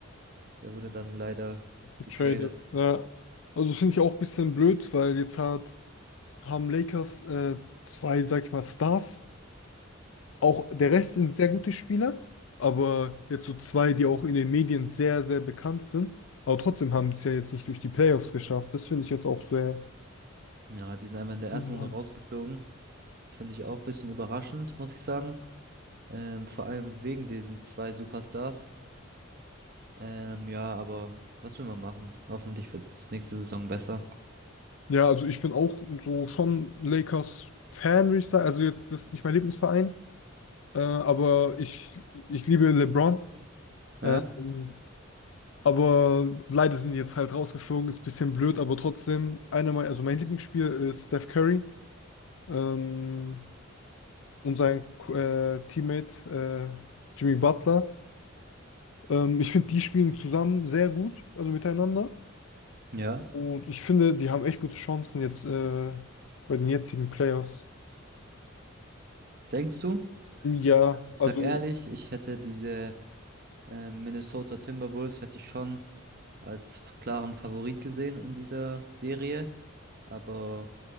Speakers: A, on the right; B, on the left.
A: der wurde dann leider
B: getradet.
A: getradet.
B: Ja, also finde ich auch ein bisschen blöd, weil jetzt hat haben Lakers äh, zwei, sag ich mal, Stars. Auch der Rest sind sehr gute Spieler, aber jetzt so zwei, die auch in den Medien sehr, sehr bekannt sind. Aber trotzdem haben sie es ja jetzt nicht durch die Playoffs geschafft. Das finde ich jetzt auch sehr.
A: Ja, die sind einfach in der
B: Ja,
A: ersten Runde rausgeflogen. Finde ich auch ein bisschen überraschend, muss ich sagen. Ähm, vor allem wegen diesen zwei Superstars. Ähm, ja, aber was will man machen? Hoffentlich wird es nächste Saison besser.
B: Ja, also ich bin auch so schon Lakers-Fan, würde ich sagen. Also jetzt, das ist nicht mein Lieblingsverein, äh, aber ich, ich liebe LeBron.
A: Ja?
B: Ähm, aber leider sind die jetzt halt rausgeflogen, ist ein bisschen blöd, aber trotzdem, einer mein, also mein Lieblingsspiel ist Steph Curry. ähm, und sein Ko- äh, Teammate äh, Jimmy Butler. Ähm, ich finde, die spielen zusammen sehr gut, also miteinander.
A: Ja.
B: Und ich finde, die haben echt gute Chancen jetzt äh, bei den jetzigen Playoffs.
A: Denkst du?
B: Ja,
A: Ich
B: also,
A: sag ehrlich, ich hätte diese äh, Minnesota Timberwolves hätte ich schon als f- klaren Favorit gesehen in dieser Serie. Aber